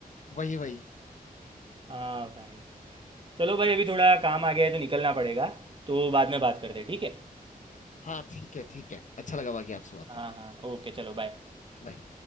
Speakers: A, on the left (about 55°); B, on the right (about 35°).
A: वही वही
B: हाँ भाई चलो भाई अभी थोड़ा काम आ गया है तो निकलना पड़ेगा तो बाद में बात करते हैं ठीक है
A: हाँ ठीक है ठीक है अच्छा लगा बाकी आपसे बात
B: हाँ
A: करके
B: हाँ ओके चलो बाय
A: बाय